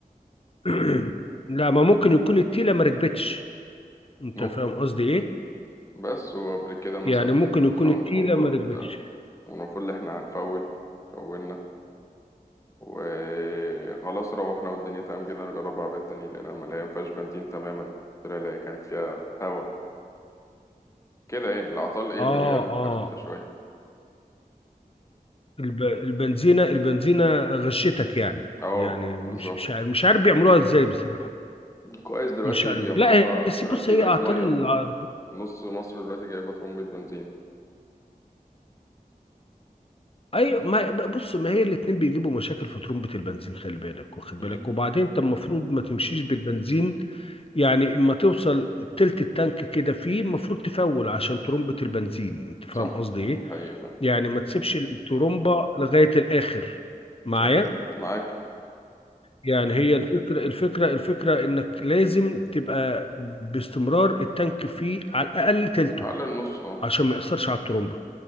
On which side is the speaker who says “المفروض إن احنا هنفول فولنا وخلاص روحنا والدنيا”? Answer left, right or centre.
Left